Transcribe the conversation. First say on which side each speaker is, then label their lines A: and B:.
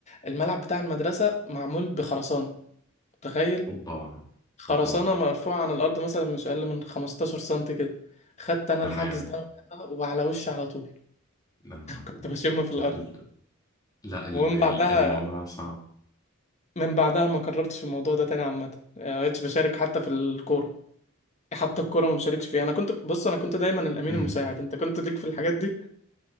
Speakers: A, on the left (about 35°); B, on the left (about 20°).
A: الملعب بتاع المدرسه معمول بخرسانه متخيل
B: اوبا
A: خرسانة
B: اوبا
A: مرفوعة عن الأرض مثلا مش أقل من 15 سنتي كده خدت أنا
B: تمام
A: الحجز ده وعلى وشي على طول
B: يا نهار
A: كنت
B: أبيض.
A: بشم في الأرض
B: لا ال- لا ال-
A: ومن
B: ال-
A: بعدها
B: الموضوع صعب
A: من بعدها ما كررتش الموضوع ده تاني عامة يعني ما بقتش بشارك حتى في الكورة حتى الكورة ما بشاركش فيها أنا كنت بص أنا كنت دايما الأمين
B: <clears throat>
A: المساعد أنت كنت ليك في الحاجات دي؟